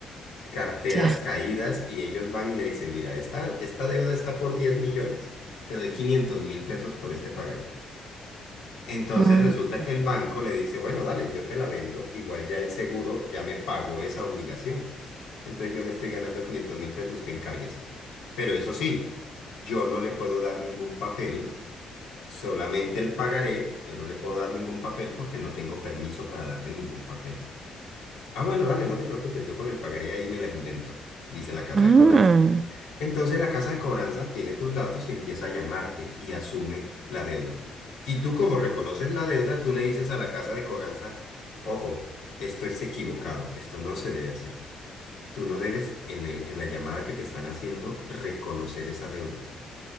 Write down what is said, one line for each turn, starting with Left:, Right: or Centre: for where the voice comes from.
Left: carteras
Right: Ya.
Left: caídas y ellos van y le dicen, mira, esta, esta deuda está por 10 millones, te doy quinientos mil pesos por este pagaré. Entonces
Right: Ah,
Left: resulta que el banco le dice, bueno, dale, yo te la vendo, igual ya el seguro ya me pagó esa obligación. Entonces yo me estoy ganando quinientos mil pesos, usted encárguese. Pero eso sí, yo no le puedo dar ningún papel, solamente el pagaré, yo no le puedo dar ningún papel porque no tengo permiso para darle ningún papel. Ah, bueno, dale, no te preocupes, yo con el pagaré ahí me las invento, dice la casa
Right: ah,
Left: de cobranza. Entonces la casa de cobranza tiene tus datos y empieza a llamarte y asume la deuda. Y tú como reconoces la deuda, tú le dices a la casa de cobranza, ojo, esto es equivocado, esto no se debe hacer. Tú no debes en el- en la llamada que te están haciendo reconocer esa deuda.